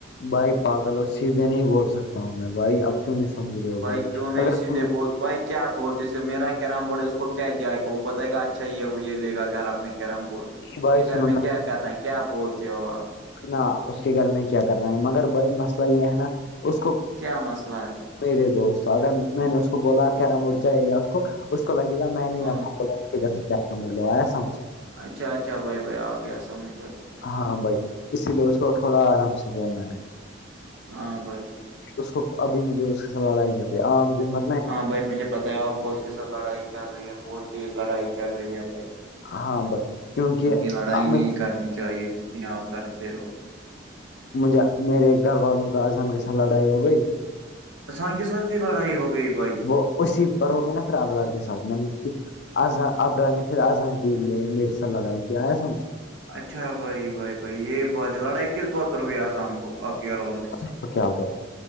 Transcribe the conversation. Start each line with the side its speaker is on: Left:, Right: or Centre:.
Left: بھائی پاگلوں سیدھے نہیں بول سکتا ہوں میں بھائی اب کیوں سمجھ رہے ہو
Right: بھائی کیوں نہیں
Left: اگر اس
Right: سیدھے
Left: کو میں
Right: بول بھائی کیا بولتے اس سے میرا کیرم بورڈ ہے اس کو کیا جائے گ وہ بتائے گا اچھا یہ یہ لے گھر اپنے کیرم بورڈ
Left: بھائی
Right: فکر
Left: سنو
Right: میں کیا کر رہنا ہے کیا بولتے ہو آپ
Left: نہ اس کے گھر میں کیا کرنا ہے مگر بائی مسئلہ یہ ہے نا اس کو
Right: کیا مسئلہ ہے
Left: میرے دوست اگر میں نے اس کو بولا کیرا مرچا لیا اس کو اس کو لگے گا میں نے
Right: ہاں
Left: آپ کو کے گھر سے کیا بول لو آیا سمج
Right: اچھا اچھا بھائی بھائی آ گیا سمج بھ
Left: ہاں بھائی اسی لیے اس کو تھوڑا آرام سے بولنا ہے
Right: ہاں بھائی
Left: اس کو ابھی مجھے اس کے سھ لڑائی جتی ہے عام دن میں
Right: ہاں بھائی مجھے پتاہ ہے آپ کو اس کے ساتھ لڑائی چل رہی ہے بہت تیز لڑائی چل رہی ہے بھائی
Left: ہاں کیونکہ
Right: کی لڑائی نہیں
Left: مجھے
Right: کرنی چاہیے جتنی آپ کرتے ہو
Left: مجھے میرے گھر والوں کا اذان کے س لڑائی ہو گئی
Right: سان کے سات کی لڑائی ہو گئی بھائی
Left: وہ اسی پر ہو گئے نا پھر آبرار کے ساتھ مطلب کہ آزاں ابرا نے پھر آزاں کی لیے میر سےا لڑائی کیا ہے سمج
Right: اچھا بھائی بھائی بھائی یہ بات ہے لڑائی کس بات پر ہوئی اذان کو آپ کے ارولوں کےص س
Left: تو کیا ہو گ